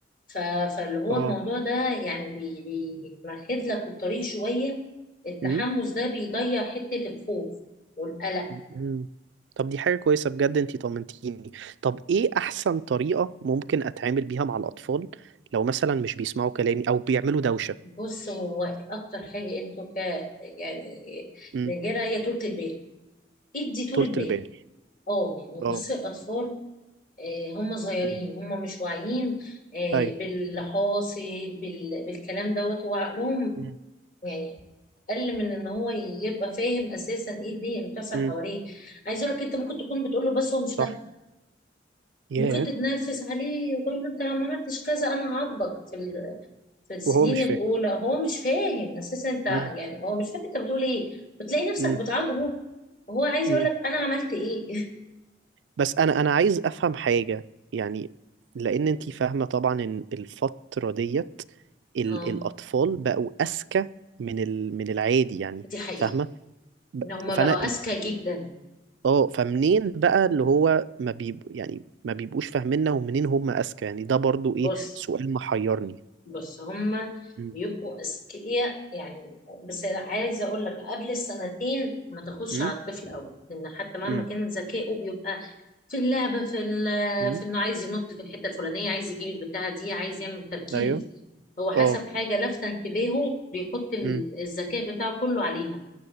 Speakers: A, on the left; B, on the right.
A: ف- فاللي هو
B: اه
A: الموضوع ده يعني بي- بيمهد لك الطريق شوية التحمس
B: مم.
A: ده بيضيع حتة الخوف والقلق
B: مم. طب دي حاجة كويسة بجد انتي طمنتيني طب ايه أحسن طريقة ممكن أتعامل بيها مع الأطفال لو مثلا مش بيسمعوا كلامي أو بيعملوا دوشة
A: بص هو اكتر حاجة انتوا ك يعني
B: مم.
A: رجالة هي طولة البال ادي طولة
B: طولة
A: بال
B: البال
A: اه يعني
B: اه
A: بصي الأطفال آه، هم صغيرين
B: مم.
A: هم مش واعيين آه،
B: أيوه
A: باللي حاصل بال- بالكلام دوت هو عقلهم
B: مم.
A: يعني أقل من إن هو يبقى فاهم أساسا إيه الدنيا اللي بتحصل
B: مم.
A: حواليه عايز أقول لك أنت ممكن تكون بتقول له بس هو مش
B: صح
A: فاهم
B: ياه
A: ممكن تتنرفز عليه وتقول له أنت لو ما عملتش كذا أنا هعاقبك في ال- في السنين
B: وهو مش
A: الأولى
B: فاهم
A: هو مش فاهم أساسا أنت يعني
B: مم.
A: هو مش فاهم أنت بتقول إيه بتلاقي نفسك
B: مم.
A: بتعاقبه وهو عايز
B: مم.
A: يقول لك أنا عملت إيه
B: بس انا انا عايز افهم حاجة يعني لان
A: <laughs>
B: انتي فاهمة طبعا ان الفترة ديت ال-
A: اه
B: الاطفال بقوا اذكى من ال... من العادي يعني
A: دي حقيقة
B: فاهمة ب-
A: ان هما
B: فانا
A: بقوا اذكى جدا
B: اه فمنين بقى اللي هو ما بيب... يعني ما بيبقوش فاهميننا ومنين هم اذكى يعني ده برضو
A: بص
B: ايه سؤال محيرني
A: بص هما
B: امم
A: بيبقوا اذكياء يعني بس عايزه اقول لك قبل السنتين ما تاخدش
B: امم
A: على الطفل قوي لان حتى مهما
B: امم
A: كان ذكائه بيبقى في اللعبه في ال-
B: امم
A: في انه عايز ينط في الحته الفلانيه عايز يجيب البتاعه دي عايز يعمل تركيز
B: ايوه
A: هو حسب
B: اه
A: حاجه لافته انتباهه بيحط ال-
B: امم
A: الذكاء بتاعه كله عليها